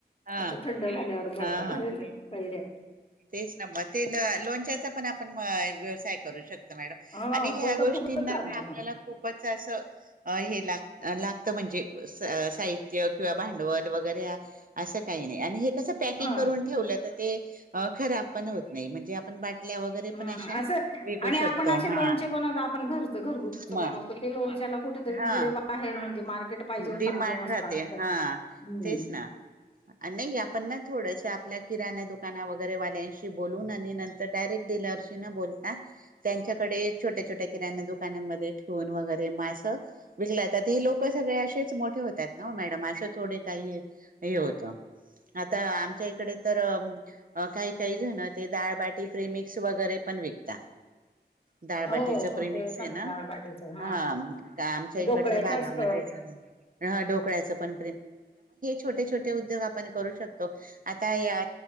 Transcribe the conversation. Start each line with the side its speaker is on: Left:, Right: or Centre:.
Right: हा
Left: आता थंड झाल्यावर
Right: हा
Left: भरेल
Right: हा
Left: म कैऱ्या
Right: तेच ना मग तेल लोणच्याचा पण आपण म व्यवसाय करू शकतो? मॅडम
Left: हो
Right: आणि ह्या
Left: तो तर
Right: गोष्टींना
Left: खूपच छान
Right: ना
Left: आहे
Right: आपल्याला
Left: अगं
Right: खूपच <unintelligible> असं हे लागत. लागत म्हणजे स-साहित्य किंवा भांडवल वगैरे हे असं असं, काही नाही. अगदी तसं पॅकिंग
Left: हा
Right: करून ठेवलं तर ते अ खराब पण होत नाही म्हणजे वगैरे
Left: हम्म
Right: पण अशा
Left: असं
Right: विकू
Left: आणि आपण
Right: शकतो
Left: असे
Right: हा
Left: लोणचे बनवत आपण घरचं घरगुतीच
Right: मग
Left: बनवत ते लोणच्याला. कुठे तरी
Right: हा
Left: पुढे बाहेेर म्हणजे मार्केट पाहिजे हो
Right: डिमांड
Left: चांगलं मस्त
Right: राहते हा
Left: हम्म
Right: तेच ना. नाही आपण ना थोडस आपल्या किराणा दुख. दु वगैरे वाल्यांशी बोलून आणि नंतर डायरेक्ट डिलरशी न बोलता त्यांच्याकडे, छोट्या छोट्या किराणा्या दुकानांमध्ये ठेवून वगरे मास विकला यतात हे लोक सगळे असेच मोठ. होतात ना मॅडम अशे थोडे काही आहे, हे होत आता आमच्या इकडे तर काही. काण तेडाळबाटी फेमिक्स वगैरे पण विकत. डाळबाटीचं
Left: हो, हो.
Right: परी
Left: ते
Right: मिक्स
Left: सांग
Right: आहे ना
Left: दालबाटीचं हां.
Right: ह आमच्या इकडच्या
Left: ढोकळ्याचं
Right: भागामध्ये
Left: असतं.
Right: डोकळ्याच पण छोटे छोटे उद्योग आपण करू शकतो आता या